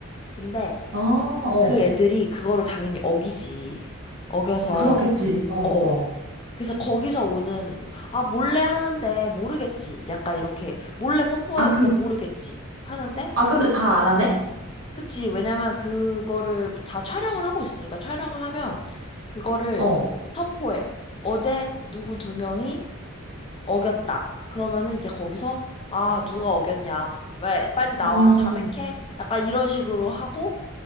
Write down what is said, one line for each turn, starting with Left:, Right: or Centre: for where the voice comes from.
Left: 근데
Right: 아, 어.
Left: 그 애들이 그거를 당연히 어기지. 어겨서
Right: 그렇겠지. 어, 어.
Left: 어 그래서 거기서 오는 뭐 아 몰래 하는데 모르겠지. 약간 이렇게 몰래 뽀뽀하는데
Right: 아, 근,
Left: 모르겠지. 하는데
Right: 아, 근데 다 알아내?
Left: 그치. 왜냐면 그거를 다 촬영을 하고 있으니까 촬영을 하면 그거를
Right: 어.
Left: 선포해. 어제 누구 두 명이 어겼다. 그러면은 이제 거기서 아, 누가 어겼냐. 왜 빨리 나와.
Right: 음,
Left: 자백해. 약간 이런 식으로 하고